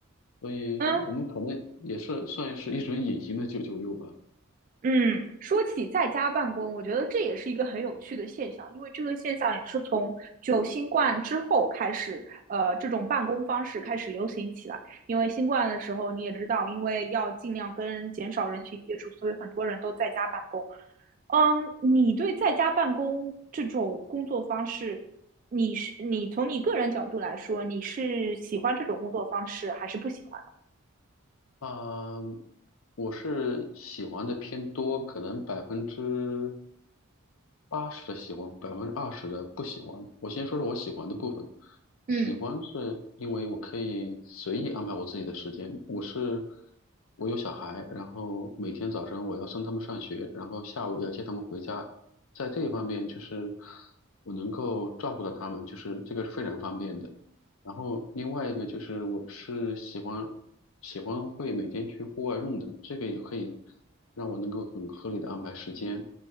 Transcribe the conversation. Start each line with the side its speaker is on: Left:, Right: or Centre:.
Left: 所以我们可能也是算是一种隐形的九九六吧。
Right: 嗯，嗯，说起在家办公，我觉得这也是一个很有趣的现象，因为这个现象也是从就新冠之后开始，呃，这种办公方式开始流行起来。因为新冠的时候，你也知道，因为要尽量跟减少人群接触，所以很多人都在家办公。嗯，你对在家办公这种工作方式，你是你从你个人角度来说，你是喜欢这种工作方式还是不喜欢的？
Left: 啊、我是喜欢的偏多，可能百分之八十的喜欢，百分之二十的不喜欢。我先说说我喜欢的部分。
Right: 嗯。
Left: 喜欢是因为我可以随意安排我自己的时间。我是我有小孩，然后每天早晨我要送他们上学，然后下午要接他们回家。在这一方面，就是我能够照顾到他们，就是这个是非常方便的。然后另外一个就是我是喜欢喜欢会每天去户外运动，这个也可以让我能够很合理的安排时间。